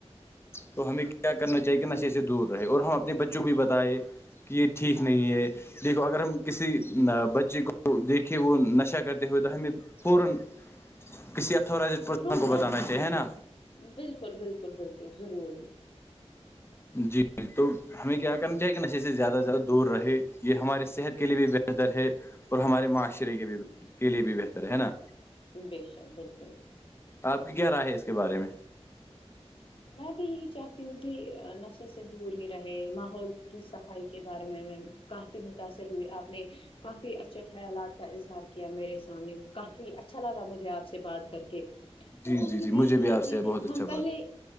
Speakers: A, on the left; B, on the left.
A: تو ہمیں کیا کرنا چاہیے کہ نشے سے دور رہے اور ہم اپنے بچوں بھی بتائے کہ یہ ٹھیک نہیں ہے دیکھو اگر ہم کسی بچے کو دیکھے وہ نشہ کرتے ہوئے تو ہمیں پورن کسی اتورائز پرسن
B: روکنا
A: کو بتانا چاہیے نا
B: بالکل بالکل بالکل ضروری
A: جی جی تو ہمیں کیا کرنا چاہے کہ نشے سے زیادہ سے زیادہ دور رہے یہ ہمارے صحت کے لیے بھی بہتر ہے اور ہمارے معاشرے کے بھی کے لیے بھی بہتر ہے نا
B: بے شک بالکل
A: آپ کی کیا رائے ہے اس کے بارے میں
B: میں بھی یہی چاہتی ہوں کہ نشے سے دور ہی رہے ماحول کی صفائی کے بارے میں کافی متاثر ہوئی آپ نے کافی اچھا خیالات کا اظہار کیا میرے سامنے کافی اچھا لگا مجھے آپ سے بات کر کے
A: جی
B: تو
A: جی
B: امید
A: جی مجھے
B: یہی
A: بھی
B: ہے
A: آپ سے
B: کہ
A: بہت اچھا
B: ہم
A: بات
B: پہلے